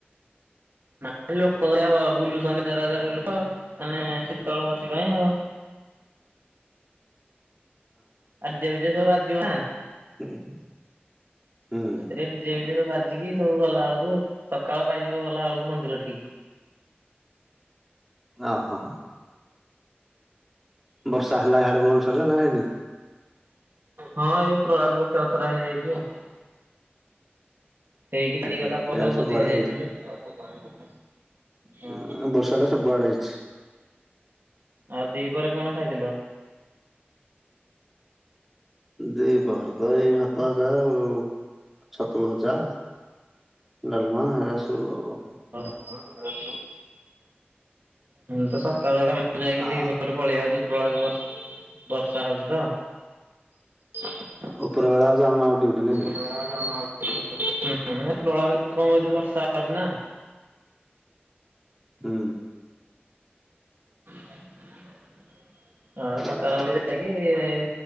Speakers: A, on the right; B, in the centre.
A: ନା ଲୋକଗୋରା ବୁଲୁ ପନ୍ଦର ବାର ହଜାର ଲୋକମାନେ ଶୀତଳ ଷଷ୍ଠି ପାଇଁ ଆଉ। ଆଜେ ବିଜେ ସବୁ ବାଦ। ଯୁହା।
B: ଉ ହୁଁ। ହୁଁ।
A: ଏଥିରେ ରେ ଡିଯେ ବିଜେ ସବୁ ବାଜ ଜିକି ସବୁ ଗଲା ବେଳକୁ। ସକାଳ ପାଇଯିବ ଗଲାବେଳକୁ ମନ୍ଦିର ଠି। ଠିକ୍।
B: ଅ ହ। ବର୍ଷା ହେଲା ହାଡେ ଭୁବନେଶ୍ୱରରେ ନା ହେଇନି।
A: ହଁ ଏଇ ପଟଆଡେ ଗୋଟେ ଅସରା ହେଇଯାଇଛି ଆଉ। ହେଇ କି ଛଆଡି
B: ଉୁଁ ହୁଁ
A: ଗଲା ପରେ
B: ଇଆଡେ
A: ଭୋଜି ସବୁ ଭୋଜି
B: ସବୁଆଡେ
A: ଖାଇବାକୁ ଯାଇଛନ୍ତି। ହଁ
B: ଉଁ ବର୍ଷା ଟା ସବୁ ଆଡେ ହେଇଛି।
A: ଆଉ ଦିହରେ କଣ ଖାଇଥିଲ।
B: ଦିପହର ତ ଏଇ ଭା ତ ହକା ଆଉ ଛତୁ ଭଜା ଡାଲମା ଏରା ସବୁ ଆଉ।
A: ହଁ। ଏ ନ ତ ସା କାଳେ ଯାଇକି
B: ଆ
A: ଦି ପହର ପଳେଇଆଉଛ ଉପରବେଳ କୁ ବସ୍। ସାହା ହେଉଛି ତ <inaudible>
B: ଉପରବେଳକୁ ଯାଉନ ଆଉ ନାଇଁ କି?
A: ସେ ଆମ ହୁ ହୁ କଣ ପ୍ରୟାସ କହୁଛି ବର୍ଷା ହଉଛି ନା <inaudible>
B: ହୁଁ।
A: <inaudible> ହଁ ସତର
B: ଆ
A: ବେଳକୁ ଯାଇକି